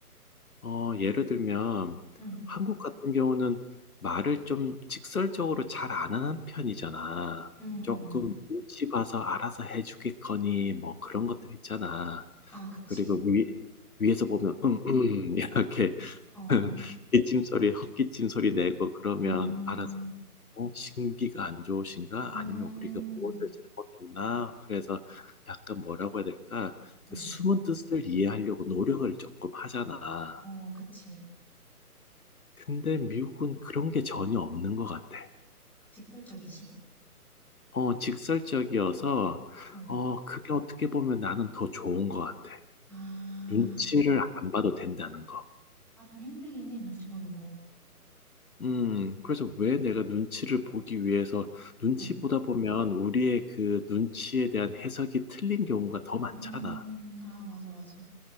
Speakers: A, on the left; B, in the centre.
A: 어, 예를 들면,
B: 응,
A: 한국 같은 경우는 말을 좀 직설적으로 잘 안 하는 편이잖아.
B: 응,
A: 조금
B: 응.
A: 눈치 봐서 알아서 해주겠거니, 뭐 그런 것들 있잖아.
B: 아, 그치.
A: 그리고 위, 위에서 보면, 음, 음, <laughs> 이렇게
B: 어,
A: <laughs> 기침 소리, 헛기침 소리 내고 그러면
B: 음.
A: 알아서 '어 신기가 안 좋으신가?
B: 음.
A: 아니면 우리가 무엇을 잘못했나?' 그래서 약간 뭐라고 해야 될까?
B: 응.
A: 그 숨은 뜻을 이해하려고 노력을 쪼끔 하잖아.
B: 어 그치.
A: 근데 미국은 그런 게 전혀 없는 것 같아.
B: 직설적이지.
A: 어 직설적이어서
B: 어.
A: 어 그게 어떻게 보면 나는 더 좋은 것 같아.
B: 아.
A: 눈치를 안 봐도 된다는 거.
B: 아 좀 힘들긴 해 눈치 보는 거.
A: 음, 그래서 왜 내가 눈치를 보기 위해서 눈치
B: 응.
A: 보다 보면 우리의 그 눈치에 대한 해석이 틀린 경우가 더 많잖아.
B: 음. 아 맞아, 맞아.